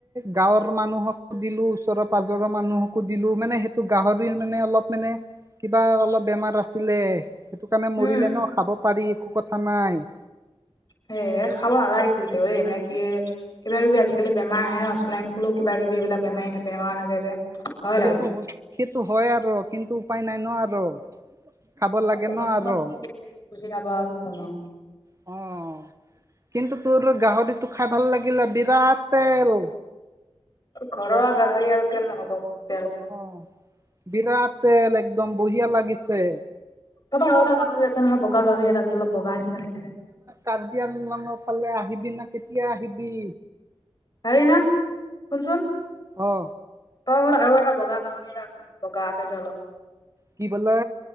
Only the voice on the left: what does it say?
উম
সেয়ে খাব নালাগিছিল তেওঁয়ে এই মানে কি কিবাকিবি আজিকালি বেমাৰ আহে ন' ছোৱাইন ফ্লু, কিবা কিবি এইবিলাক বেমাৰী বেমাৰ থাকে যে। ভয় লাগে
<unintelligible>
বুজি নেপাল কি কম আও।
ঘৰুৱা গাহৰি আৰু কেলে নহব তেল।
তাৰ পৰা আৰু এটা গাহৰি আছে নহয় বগা গাহৰি এটা আছিলে অলপ বগা নিচিনা দেখে যে।
হেৰিনা শুনচোন।
ত ঘৰত আৰু এটা বগা গাহৰি এটা আছে ন' বগা কে যে অলপ।